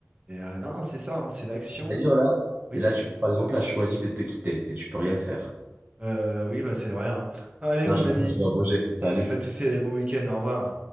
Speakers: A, on the right; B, on the right.
A: Et euh, non, non, c'est ça, hein, c'est l'action.
B: D'ailleurs, là,
A: Oui,
B: et là, tu vois, par exemple, a choisi de te quitter, et tu peux rien faire.
A: Euh, oui, bah c'est vrai. hein. Allez,
B: Non,
A: mon
B: je rigole,
A: ami,
B: je dois bouger. Salut.
A: pas de souci. Allez, bon week-end. Au revoir.